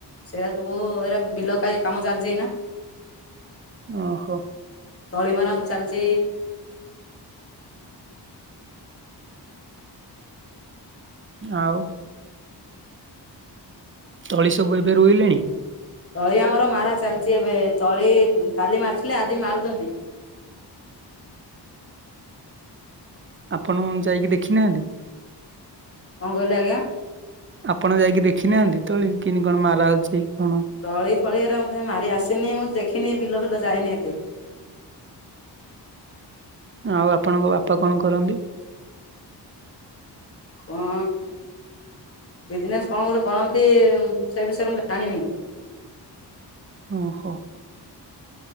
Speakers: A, on the left; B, on the right.
A: ସେଇଟା ସବୁ ଏଇରା ବିଲ ପାଇଁ କାମ ଚାଲିଛି ଏଇନା।
B: ଓହୋ।
A: ତଳି ମରା <unintelligible> ଚାଲିଛି।
B: ଆଉ? ତଳି ସବୁ ଏବେ ରୁଇଁଲେଣି?
A: ତଳି ଆମର ମାରା ଚାଲିଛି ଏବେ, ତଳି କାଲି ମାରିଥିଲେ ଆଜି ମାରୁଛନ୍ତି।
B: ଆପଣ ଯାଇକି ଦେଖିନାହାନ୍ତି?
A: କଣ କହିଲେ ଆଜ୍ଞା?
B: ଆପଣ ଯାଇକି ଦେଖି ନାହାନ୍ତି ତଳି, କିନ୍ତି କଣ ମାରା ହଉଛି କଣ?
A: ତଳି ଫଳି ଏରା ମତେ ମାରି ଆସିନି, ମୁଁ ଦେଖିନି ବିଲ ଫିଲ ଯାଏନି ଏତେ।
B: ଆଉ ଆପଣଙ୍କ, ବାପା କଣ କରନ୍ତି?
A: କଣ ବିଜ୍ନେସ କଣ ଗୋଟେ କରନ୍ତି? ସେ ବିଷୟରେ ମୁ ଜାଣିନି।
B: ଓହୋ।